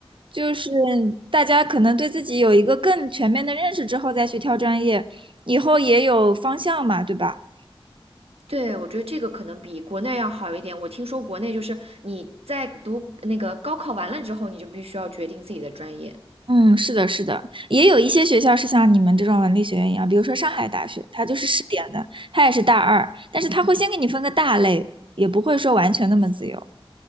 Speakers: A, on the right (about 60°); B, on the right (about 85°).
A: 就是大家可能对自己有一个更全面的认识之后再去挑专业，以后也有方向嘛，对吧？
B: 对，我觉得这个可能比国内要好一点。我听说国内就是你在读那个高考完了之后，你就必须要决定自己的专业。
A: 嗯，是的，是的，也有一些学校是像你们这种文理学院一样，比如说上海大学，它就是试点的，它也是大二，但是它会先给你分个大类，也不会说完全那么自由。